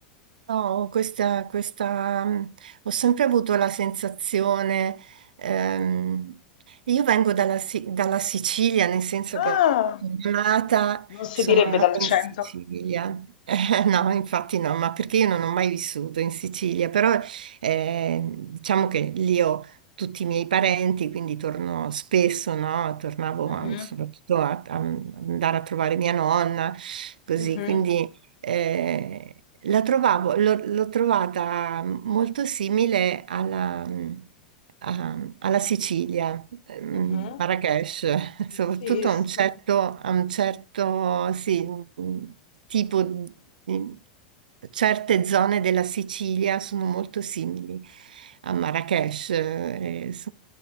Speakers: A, on the right (about 80°); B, on the left (about 75°).
A: No, questa, questa, mh, ho sempre avuto la sensazione, ehm, io vengo dalla, Si- dalla Sicilia, nel senso
B: Ah,
A: che sono nata,
B: non si
A: sono
B: direbbe
A: nata
B: dall'accento.
A: in Sicilia. <laughs> Eh, no, infatti no, ma perché io non ho mai vissuto in Sicilia, però eh, diciamo che lì ho tutti i miei parenti, quindi torno spesso, no? Tornavo
B: Mhm,
A: a- soprattutto a, a andare a trovare mia nonna, così,
B: mhm,
A: quindi... eh, la trovavo, l'ho l'ho trovata molto simile alla, a- alla Sicilia, ehm,
B: mhm.
A: Marrakech, <laughs> soprattutto
B: Sì, sì.
A: a un certo, a un certo, sì, tipo, di- certe zone della Sicilia sono molto simili a Marrakech,